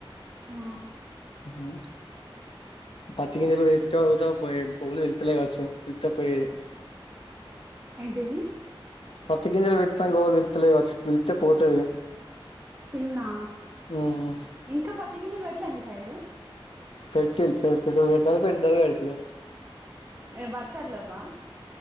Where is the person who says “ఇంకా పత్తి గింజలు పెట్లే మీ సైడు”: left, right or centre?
Right